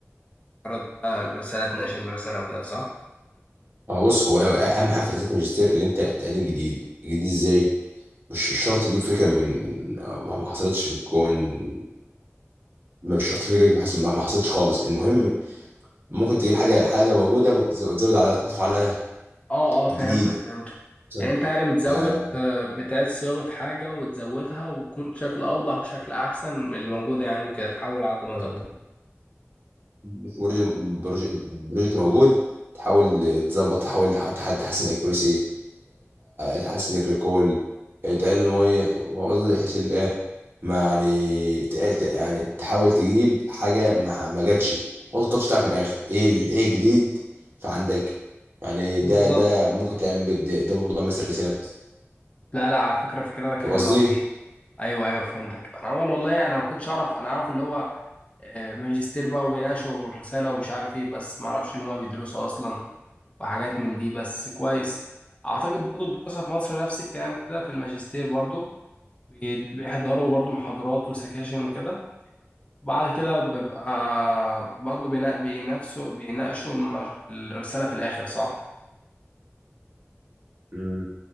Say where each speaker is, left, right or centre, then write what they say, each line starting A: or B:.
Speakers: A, on the left (about 25°); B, on the right (about 50°).
A: كعرض بقى الرسالة تناقش الرسالة وكده صح؟
B: هو بص هو هو أهم حاجة في رسالة الماجستير اللي أنت تقدم جديد جديد إزاي؟ مش مش شرط تجيب فكرة من من ما ما حصلتش في الكون ما مش شرط فكرة ما حصل- ما حصلتش خالص المهم ممكن تجيب حاجة حاجة موجودة وتز- وتزود عليها تضيف عليها
A: اه اه فهمتك
B: جديد
A: فهمتك
B: مثلا
A: يعني انت يعني بتزود
B: آه،
A: آه، بتعيد صياغة حاجة وتزودها وتكون شكل أوضح وشكل أحسن من اللي موجودة يعني وكده تحاول على قد ما
B: يعني
A: تقدر
B: في بروجكت بروجكت بروجكت موجود تحاول تظبط تحاول تح- تح- تحسن الاكيورسي تحسن الريكول تقلل الميه فاهم قصدي بحيث ال- ايه ما يعني تقل ت- يعني تحاول تجيب حاجه ما, ما جاتش حط التاتش بتاعك من الاخر ايه ال- ايه الجديد في عندك يعني ده
A: بالظبط
B: ده ممكن تعمل بيه- ده, ده موضوع مثل الرساله بس
A: لا لا على فكرة فكرتك
B: فاهم
A: حلوة
B: قصدي؟
A: أوي أيوه أيوه فهمتك أنا عمال والله أنا ما كنتش أعرف أنا أعرف اللي هو آه، ماجستير بقى وبيناقشوا الرسالة ومش عارف ايه بس معرفش اللي هما بيدرسوا أصلا وحاجات من دي بس كويس أعتقد برضو الدراسة في مصر نفس الكلام كده في الماجستير برضو بيد- بيحضروا برضو محاضرات وسكاشن وكده وبعد كده بيبقى برضو بينا- بينافسوا بيناقشوا المج... الرسالة في الآخر صح؟
B: مم.